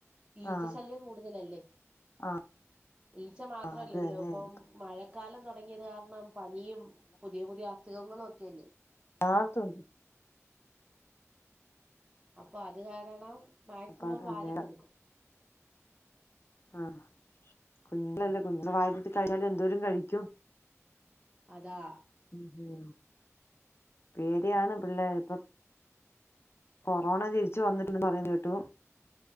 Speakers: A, on the right; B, on the left.
A: ഈച്ചശല്യം
B: ആഹ്
A: കൂടുതലല്ലേ
B: ആഹ്
A: ഈച്ച് മാത്രല്ലല്ലോ
B: ആഹ് അത് തന്നെ
A: ഇപ്പം
B: ഇപ്പ
A: മഴക്കാലം തൊടങ്ങിയത് കാരണം പനിയും പുതിയ പുതിയ അസുഖങ്ങളും ഒക്കെല്ലേ
B: ആത്തുണ്ട്
A: അപ്പൊ അത് കാരണം മാക്സിമം
B: അപ്പം അത് തന്നെയാ
A: വാരി കൊടുക്കും
B: ആാ കുഞ്ഞുങ്ങളല്ലേ കുഞ്ഞങ്ങള് വാരിട്ട് കഴിഞ്ഞാല് എന്തോരും കഴിക്കും
A: അതാ
B: ഉം ഉം പേടിയാണ് പിള്ളേരെ ഇപ്പം കൊറോണ ജെയിച്ച് വന്നിട്ടില്ലെന്ന് പറേന്ന കേട്ടു